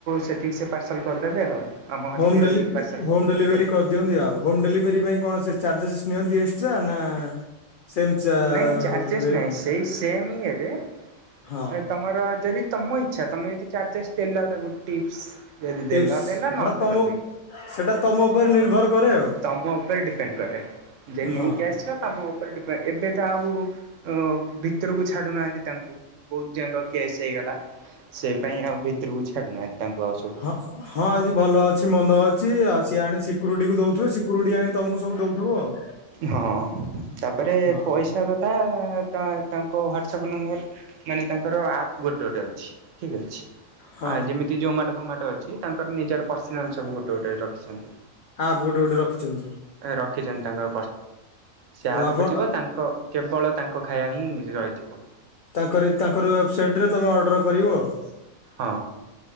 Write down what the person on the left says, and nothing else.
ହୁମ
ହୋମ
ଡେଲିଭରି
କରିଦିଅନ୍ତି ଆଉ ହୋମ ଡେଲିଭରି ପାଇଁ କୌଣସି ଚାର୍ଜେସ୍ ନିଅନ୍ତି। ନା ସେମ୍ ଚା
ରେଟ୍
ହଁ
ଟିପ୍ସ
ସେଟା
ତମ
ସେଟା ତମ ଉପରେ ନିର୍ଭର କରେ ଆଉ
ହଁ।
ହଁ ହଁ ଆଜି ଭଲ ଅଛି ମନ୍ଦ ଅଛି ଆଉ ସିଏ ଆଣି ସିକ୍ୟୁରିଟି କୁ ଦଉଥିବ ସିକ୍ୟୁରିଟି ଆଣି ତମକୁ ସବୁ ଦଉଥିବ ଆଉ।
ହଁ
ହଁ
ଆପ୍ ଗୋଟେ ଗୋଟେ ରଖିଛନ୍ତି ସବୁ
ଓ ଆପଣ
ତାଙ୍କର ତାଙ୍କର ୱେବସାଇଟ ରେ ତମେ ଅର୍ଡର କରିବ ଆଉ।